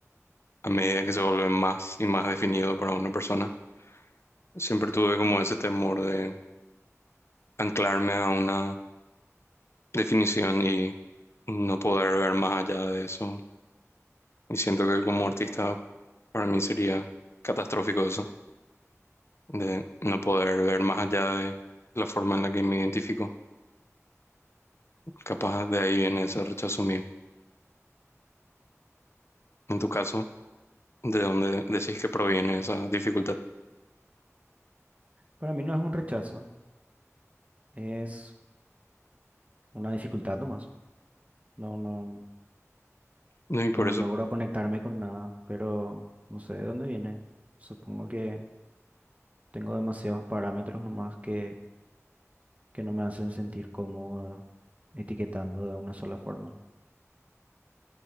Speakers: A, on the left; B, on the right.
A: a medida que se vuelve más y más definido para una persona. Siempre tuve como ese temor de anclarme a una definición y no poder ver más allá de eso. Y siento que como artista para mí sería catastrófico eso, de no poder ver más allá de la forma en la que me identifico. Capaz de ahí viene ese rechazo mío. En tu caso, ¿de dónde decís que proviene esa dificultad?
B: Para mí no es un rechazo, es una dificultad nomás. No, no.
A: No, Y por
B: No
A: eso
B: logro conectarme con nada, pero no sé de dónde viene. Supongo que tengo demasiados parámetros nomás que, que no me hacen sentir cómodo etiquetando de una sola forma.